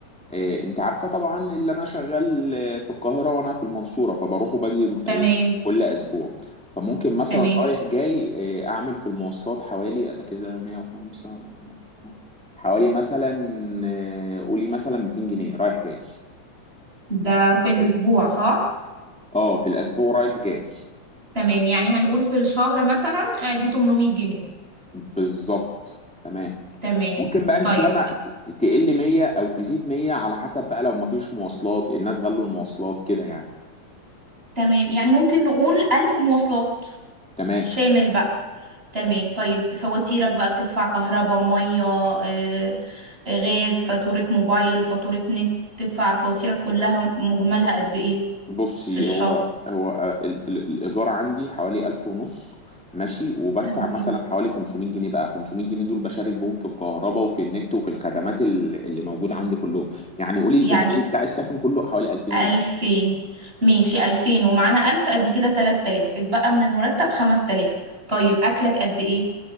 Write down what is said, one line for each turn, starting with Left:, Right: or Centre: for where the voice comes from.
Centre: إيه انت عارفه طبعا اللي انا شغال آه، في القاهره وانا في المنصوره فبروح وباجي
Right: تمام
Centre: آه، كل اسبوع فممكن مثلا
Right: تمام
Centre: رايح جاي إيه اعمل في المواصلات حوالي انا كده 105 حوالي مثلا آه، قولي مثلا 200 جنيه رايح جاي
Right: ده في الاسبوع صح
Centre: اه في الاسبوع رايح جاي
Right: تمام يعني هنقول في الشهر مثلا آه، دي 800 جنيه
Centre: بالظبط تمام
Right: تمام
Centre: ممكن بقى انت
Right: طيب
Centre: فاهمه ت- تقل 100 او تزيد 100 على حسب بقى لو مفيش مواصلات الناس غلوا المواصلات كده يعني
Right: تمام يعني ممكن نقول 1000 مواصلات
Centre: تمام
Right: شامل بقى تمام طيب فواتيرك بقى بتدفع كهرباء مية آه، آه، غاز فاتورة موبايل فاتورة نت تدفع فواتيرك كلها مجملها قد ايه
Centre: بصي
Right: في الشهر
Centre: هو هو آه، ال- ال- الايجار عندي حوالي 1000 ونص ماشي وبدفع
Right: تمام
Centre: مثلا حوالي 500 جنيه بقى 500 جنيه دول بشارك بهم في الكهرباء وفي النت وفي الخدمات ال- اللي موجوده عندي كلهم يعني قولي الايجاري
Right: يعني
Centre: بتاع السكن كله حوالي 2000
Right: ألفين
Centre: جنيه
Right: ماشي ألفين ومعانا ألف أدي كده تلات تلاف اتبقى من المرتب خمس تلاف طيب أكلك قد ايه